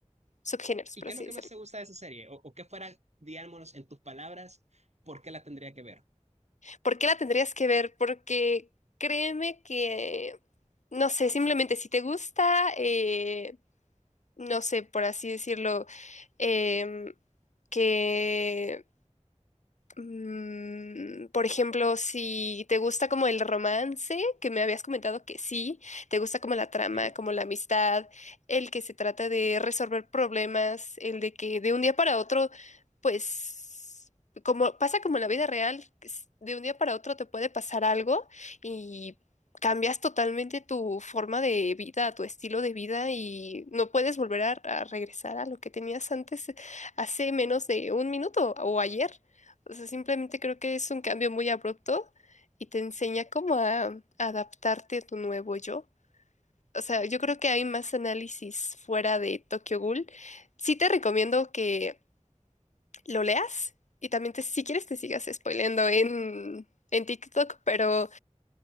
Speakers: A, on the left; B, on the right.
A: subgéneros,
B: ¿Y
A: por
B: qué
A: así
B: es lo que
A: decirlo.
B: más te gusta de esa serie? ¿O, o qué fuera, digámonos, en tus palabras, por qué la tendría que ver?
A: ¿Por qué la tendrías que ver? Porque créeme que, no sé, simplemente si te gusta, eh, no sé, por así decirlo, em, que Mm, por ejemplo, si te gusta como el romance, que me habías comentado que sí, te gusta como la trama,
B: ¿Sí?
A: como la amistad, el que se trata de resolver problemas, el de que de un día para otro, pues, como pasa como en la vida real, que s- de un día para otro te puede pasar algo y cambias totalmente tu forma de vida, tu estilo de vida y no puedes volver a a regresar a lo que tenías antes hace menos de un minuto o ayer. O sea, simplemente creo que es un cambio muy abrupto y te enseña cómo a a adaptarte a tu nuevo yo. O sea, yo creo que hay más análisis fuera de Tokyo Ghoul. Sí te recomiendo que lo leas y también te- si quieres te sigas spoileando en, en TikTok, pero